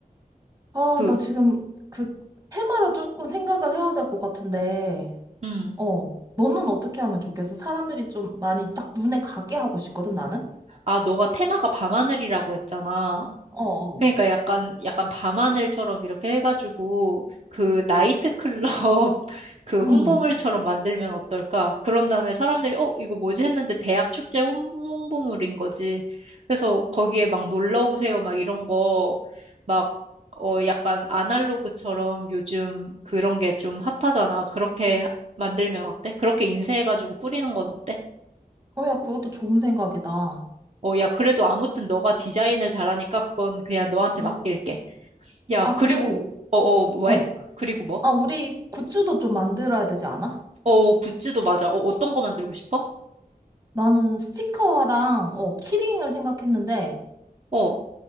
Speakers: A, on the right; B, on the right.
A: 아,
B: 그,
A: 나 지금 그 테마를 조금 생각을 해야 될 것 같은데,
B: 음.
A: 어, 너는 어떻게 하면 좋겠어? 사람들이 좀 많이 딱 눈에 가게 하고 싶거든, 나는?
B: 아, 너가 테마가 밤하늘이라고 했잖아.
A: 어, 어.
B: 그러니까 약간 약간 밤하늘처럼 이렇게 해가지고 그 나이트클럽 <laughs> 그
A: 음.
B: 홍보물처럼 만들면 어떨까? 그런 다음에 사람들이 어 이거 뭐지 했는데 대학 축제 홍- 홍보물인 거지. 그래서 거기에 막 놀러 오세요 막 이런 거 막 어 약간 아날로그처럼 요즘 그런 게 좀 핫하잖아. 그렇게 만들면 어때? 그렇게 인쇄해가지고 뿌리는 건 어때?
A: 어, 야, 그것도 좋은 생각이다.
B: 어 야 그래도 아무튼 너가 디자인을 잘하니까 그건 그냥 너한테 맡길게.
A: 응.
B: 야,
A: 아,
B: 그리고,
A: 그리고,
B: 어, 어, 왜?
A: 어.
B: 그- 그리고 뭐?
A: 아, 우리 굿즈도 좀 만들어야 되지 않아?
B: 어, 굿즈도 맞아. 어, 어떤 거 만들고 싶어?
A: 나는 스티커랑, 어, 키링을 생각했는데,
B: 어,